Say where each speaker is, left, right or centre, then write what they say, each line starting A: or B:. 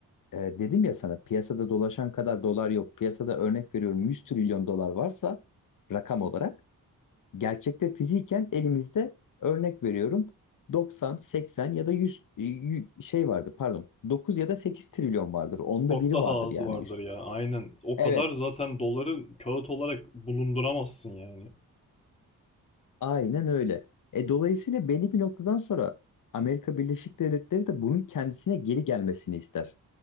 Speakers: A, on the left (about 55°); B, on the left (about 15°).
A: e, dedim ya sana piyasada dolaşan kadar dolar yok. Piyasada örnek veriyorum 100 trilyon dolar varsa rakam olarak gerçekte fiziken elimizde örnek veriyorum 90, 80 ya da 100 e, y- şey vardı pardon 9 ya da 8 trilyon vardır. Onda
B: Çok
A: biri
B: daha
A: vardır
B: azı
A: yani
B: vardır
A: üst.
B: ya aynen. O kadar
A: Evet
B: zaten doları kağıt olarak bulunduramazsın yani.
A: Aynen öyle. E, dolayısıyla belli bir noktadan sonra Amerika Birleşik Devletleri de bunun kendisine geri gelmesini ister.